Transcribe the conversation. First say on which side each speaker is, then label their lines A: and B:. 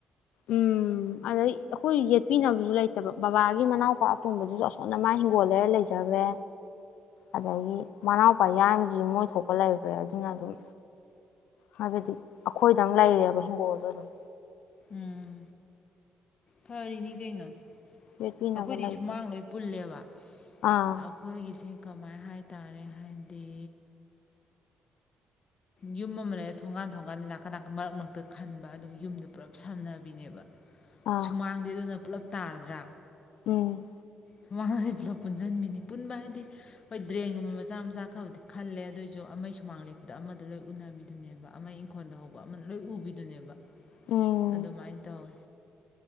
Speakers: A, on the left (about 80°); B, on the left (about 50°).
A: ꯎꯝ ꯑꯗꯩ ꯑꯩꯈꯣꯏ ꯌꯦꯠꯄꯤꯅꯕꯁꯨ ꯂꯩꯇꯕ ꯕꯕꯥꯒꯤ ꯃꯅꯥꯎꯄꯥ ꯑꯄꯨꯝꯕꯗꯨꯁꯨ ꯑꯁꯣꯟꯗ ꯃꯥ ꯍꯤꯡꯒꯣꯜꯂꯔ ꯂꯩꯖꯈ꯭ꯔꯦ ꯑꯗꯒꯤ ꯃꯅꯥꯎꯄꯥ ꯌꯥꯕꯗꯨꯁꯨ ꯃꯣꯏ ꯊꯣꯛꯄ ꯂꯩꯈ꯭ꯔꯦ ꯑꯗꯨꯅ ꯑꯗꯨꯝ ꯍꯥꯏꯕꯗꯤ ꯑꯩꯈꯣꯏꯗ ꯑꯃ ꯂꯩꯔꯦꯕ ꯍꯤꯡꯒꯣꯜꯗꯣ ꯑꯗꯨꯝ
B: ꯎꯝ ꯐꯔꯤꯅꯤ ꯀꯩꯅꯣ
A: ꯌꯦꯠꯄꯤꯅꯕ
B: ꯑꯩꯈꯣꯏꯗꯤ
A: ꯂꯩꯇꯕ
B: ꯁꯨꯃꯥꯡ ꯂꯣꯏ ꯄꯨꯜꯂꯦꯕ
A: ꯑꯥ
B: ꯑꯩꯈꯣꯏꯒꯤꯁꯦ ꯀꯃꯥꯏ ꯍꯥꯏꯇꯥꯔꯦ ꯍꯥꯏꯗꯤ ꯌꯨꯝ ꯑꯃ ꯂꯩ ꯊꯣꯡꯒꯥꯟ ꯊꯣꯡꯒꯥꯟꯗꯤ ꯅꯥꯀ ꯅꯥꯀꯟ ꯃꯔꯛ ꯃꯔꯛꯇ ꯈꯟꯕ ꯑꯗꯨꯒ ꯌꯨꯝꯗꯣ ꯄꯨꯂꯞ ꯁꯝꯅꯕꯤꯅꯦꯕ
A: ꯑꯥ
B: ꯁꯨꯃꯥꯡꯗꯦ ꯑꯗꯨꯅ ꯄꯨꯜꯂꯞ ꯇꯥꯔꯗ꯭ꯔꯥ
A: ꯎꯝ
B: ꯁꯨꯃꯥꯡ ꯂꯦꯞꯄꯂ ꯄꯨꯟꯁꯤꯟꯕꯤꯅꯤ ꯄꯨꯟꯕ ꯍꯥꯏꯗꯤ ꯍꯣꯏ ꯗ꯭ꯔꯦꯟꯒꯨꯝꯕ ꯃꯆꯥ ꯃꯆꯥ ꯈꯕꯗꯤ ꯈꯜꯂꯦ ꯑꯗꯨꯑꯣꯏꯁꯨ ꯑꯃ ꯁꯨꯃꯥꯡ ꯂꯦꯞꯄꯗ ꯑꯃꯗ ꯂꯣꯏ ꯎꯅꯕꯤꯗꯨꯅꯦꯕ ꯑꯃ ꯏꯪꯈꯣꯜꯗ ꯍꯧꯕ ꯑꯃꯅ ꯂꯣꯏ ꯎꯕꯤꯗꯨꯅꯦꯕ
A: ꯎꯝ
B: ꯑꯗꯨꯃꯥꯏꯅ ꯇꯧꯋꯤ